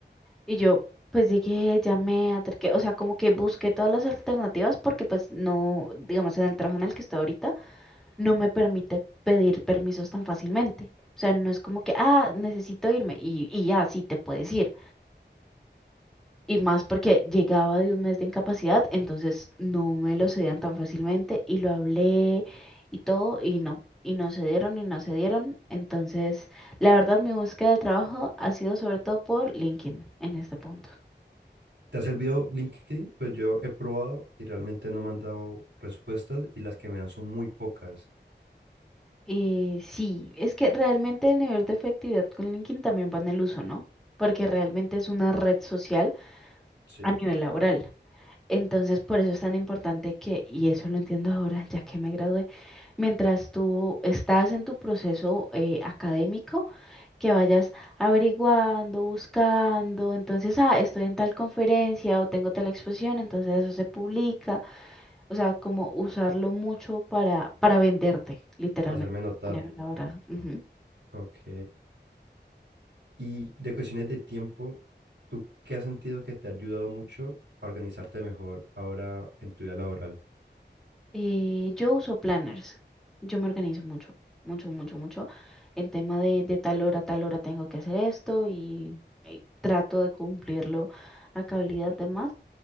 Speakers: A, in the centre; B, on the right.
A: Y yo, pues llegué, llamé, acerqué, o sea, como que busqué todas las alternativas porque pues no, digamos, en el trabajo en el que estoy ahorita, no me permite pedir permisos tan fácilmente. O sea, no es como que, ah, necesito irme y, y ya, sí, te puedes ir. Y más porque llegaba de un mes de incapacidad, entonces no me lo cedían tan fácilmente y lo hablé y todo y no. Y no se dieron y no se dieron. Entonces, la verdad, mi búsqueda de trabajo ha sido sobre todo por LinkedIn en este punto.
B: ¿Te ha servido LinkedIn? Pues yo he probado y realmente no me han dado respuestas y las que me dan son muy pocas.
A: Eh, sí, es que realmente el nivel de efectividad con LinkedIn también va en el uso, ¿no? Porque realmente es una red social
B: Sí.
A: a nivel laboral. Entonces, por eso es tan importante que, y eso lo entiendo ahora, ya que me gradué, mientras tú estás en tu proceso eh, académico, que vayas averiguando, buscando, entonces, ah, estoy en tal conferencia o tengo tal exposición, entonces eso se publica, o sea, como usarlo mucho para, para venderte, literalmente,
B: Hacerme notar.
A: a nivel laboral. Ujú.
B: Ok. Y de cuestiones de tiempo, ¿tú qué has sentido que te ha ayudado mucho a organizarte mejor ahora en tu vida laboral?
A: Eh, yo uso planners. Yo me organizo mucho, mucho, mucho, mucho. En tema de, de tal hora, tal hora tengo que hacer esto y, eh, trato de cumplirlo a cabalidad de más.